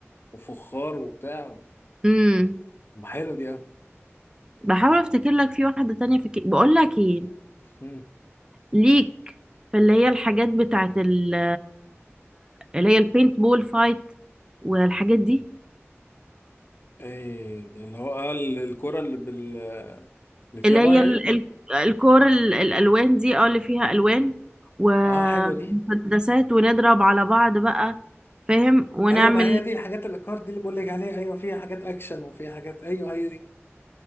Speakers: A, on the left; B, on the right.
A: وفخار وبتاع
B: امم
A: ما حلوة دي
B: بحاول افتكر لك في واحدة تانية في بقول لك ايه
A: اوي
B: ليك في اللي هي الحاجات بتاعت ال- اللي هي البينت بول فايت والحاجات دي
A: ايه اللي هو قال الكرة اللي بال اللي فيها
B: اللي
A: ميه
B: هي ال-
A: دي
B: ال- الكور ال- الالوان دي اه اللي فيها الوان ومسدسات
A: اه حلوه دي
B: ونضرب على بعض بقى فاهم ونعمل
A: ايوه ما هي دي حاجات الاكار دي اللي بقول لك عليها ايوه فيها حاجات اكشن وفيها حاجات ايوه هي دي